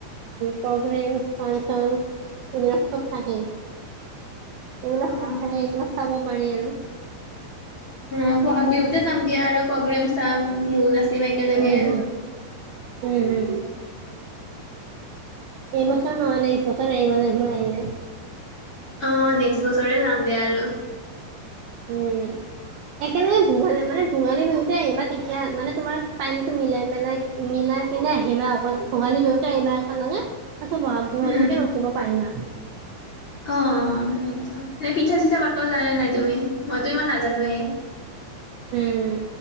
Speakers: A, on the right; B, on the left.
A: প্ৰগ্ৰেমছ ফাংচনছ এইবিলাক চব থাকে এইবিলাক
B: অ', অ',
A: চব থাকে এইবিলাক চাব পাৰি আৰু
B: অ বহাগ বিহুতে যাম দিয়া আৰু প্ৰগ্ৰেম চাম বিহু নাচ। চিমে কে লাগে
A: উম হম উম হম এইবছৰ নহয় নেক্সট বছৰ এই মাহ মই আহিলে
B: অ নেক্সট বছৰে যাম দে আৰু।
A: উম একেেলগে ভঙালে
B: উম,
A: মানে ভোগালী বিহুত। আহিবা তেতিয়া মানে তোমাৰ টাইমটো মিলাই মেলাই মিলাই পিনে আহিবা আকত ভোগালী বিহুতে আহিবা একেলগে তাৰপিছত বহাগ বিহলৈকে
B: উম,
A: ৰখিব পাৰিম আৰু
B: অ সেইটো এ পিঠা চিঠা বন জানে নাই তুমি মইতো ইমান নাজানোৱে
A: উম